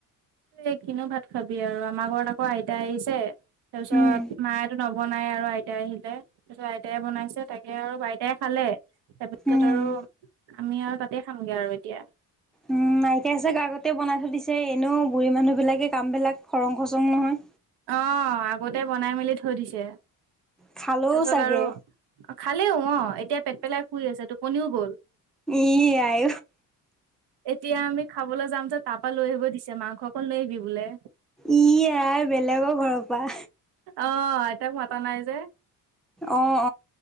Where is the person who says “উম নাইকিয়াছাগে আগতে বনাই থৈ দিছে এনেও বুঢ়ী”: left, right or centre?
Centre